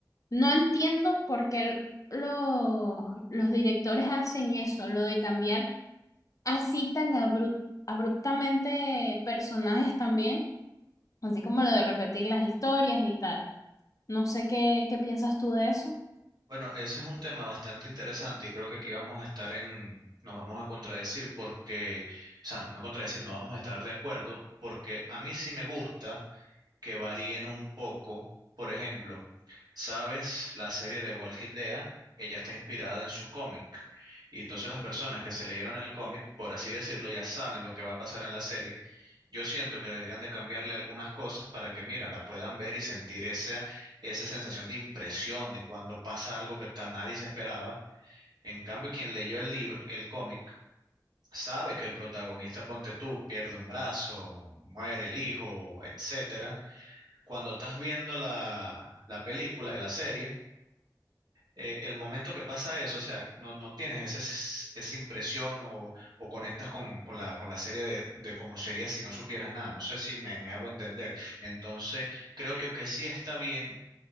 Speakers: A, on the left; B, on the right.
A: no entiendo por qué el- lo- los directores hacen eso, lo de cambiar así tan abru- abruptamente personajes también, así como lo de repetir las historias y tal. No sé qué, qué piensas tú de eso.
B: Bueno, ese es un tema bastante interesante y creo que aquí vamos a estar en, nos vamos a contradecir porque, o sea, no contradecir, no vamos a estar de acuerdo porque a mí sí me gusta que varíen un poco, por ejemplo. ¿Sabes? La serie de Walking Dead, ella está inspirada en su cómic. Y entonces las personas que se leyeron el cómic, por así decirlo, ya saben lo que va a pasar en la serie. Yo siento que deberían de cambiarle algunas cosas para que, mira, la puedan ver y sentir esa, esa sensación de impresión de cuando pasa algo que tan nadie se esperaba. En cambio, quien leyó el libro, el cómic, sabe que el protagonista, ponte tú, pierde un brazo, muere el hijo, etcétera. Cuando estás viendo la, la película, la serie, eh, el momento que pasa eso, o sea, no, no tienes ese, s- esa impresión o, o conectas con, con la, con la serie de, de cómo sería si no supieras nada. No sé si me, me hago entender. Entonces, creo yo que sí está bien